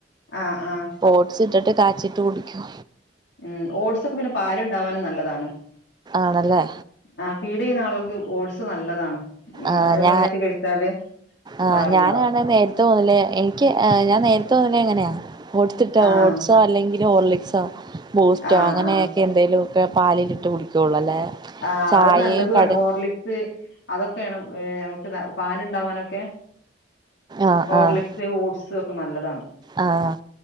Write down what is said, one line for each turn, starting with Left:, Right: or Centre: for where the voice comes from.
Left: ആഹ് ആഹ്
Right: ഓട്സിട്ടിട്ട് കാച്ചീട്ട് കുടിക്കും
Left: ഉം ഓട്സൊക്കെ പിന്നെ പാല്ണ്ടാവാനും നല്ലതാണ്
Right: ആണല്ലേ
Left: ആഹ് ഫീഡ്യ്യുന്ന ആളുകൾക്ക് ഓട്സ് നല്ലതാണ് ഉം
Right: ആഹ്
Left: അത്
Right: ഞാ
Left: നന്നായിട്ട് കഴിച്ചാല്
Right: ആഹ്
Left: പാലുണ്ടാവും
Right: ഞാനാണ് മേ തോന്നില്ലേ എനിക്ക് ഏഹ് ഞാൻ നേരത്തെ മുതലേ ങ്ങനെയാ ഓട്ട്സ് ഇട്ടാ
Left: ആഹ്
Right: ഓട്സാ ല്ലെങ്കില് ഓർലിക്സോ ബൂസ്റ്റോ
Left: ആഹ്
Right: അങ്ങനെയൊക്കെ
Left: ആഹ്
Right: എന്തേലൂക്കെ പാലിലിട്ട് കുടിക്കോള്ളൂ അല്ലേ
Left: ആഹ്
Right: ചായയും
Left: അഹ് നല്ലതുആണ്
Right: കടും
Left: ഓർലി സ് അതൊക്കെണ് ഏഹ് നമുക്ക് പാലുണ്ടാവാനൊക്കെ
Right: ആഹ്
Left: ഓർലി
Right: ആഹ്
Left: സ് ഓട്സ് ഒക്കെ നല്ലതാണ്
Right: ആഹ്